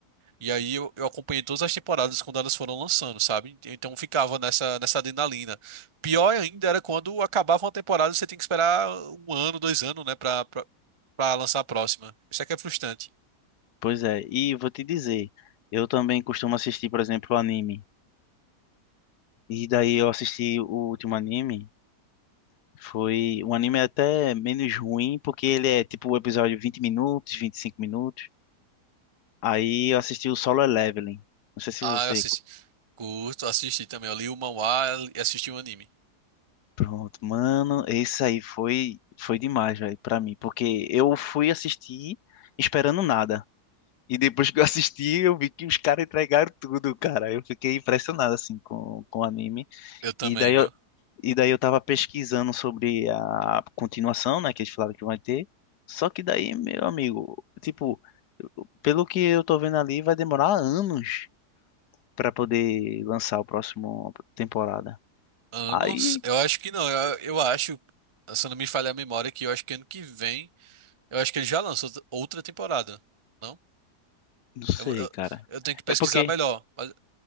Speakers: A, on the right; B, on the left.
A: E aí eu, eu acompanhei todas as temporadas quando elas foram lançando, sabe? Então ficava nessa, nessa adrenalina. Pior ainda era quando acabava uma temporada, você tem que esperar um ano, dois anos, né, pra, pra, pra lançar a próxima. Isso é que é frustrante.
B: Pois é, e vou te dizer, eu também costumo assistir, por exemplo, anime. E daí eu assisti o último anime, foi um anime até menos ruim, porque ele é tipo o episódio 20 minutos, 25 minutos. Aí eu assisti o Solo Leveling. Não sei se
A: Ah,
B: você
A: eu assisti. Curto, assisti também. Eu li o manhwa e assisti o anime.
B: Pronto, mano, esse aí foi foi demais, velho, pra mim, porque eu fui assistir esperando nada. E depois que eu assisti, eu vi que os caras entregaram tudo, cara. Eu fiquei impressionado assim com, com o anime.
A: Eu também,
B: E daí
A: viu?
B: eu, e daí eu tava pesquisando sobre a continuação, né, que eles falaram que vai ter. Só que daí, meu amigo, tipo, pelo que eu tô vendo ali, vai demorar anos pra poder lançar o próximo temporada.
A: Anos?
B: Aí,
A: Eu acho que não. Eu, eu acho, se eu não me falha a memória, que eu acho que ano que vem. Eu acho que ele já lançou outra temporada. Não?
B: não sei,
A: Eu, eu,
B: cara.
A: eu tenho que pesquisar
B: É porque
A: melhor. mas-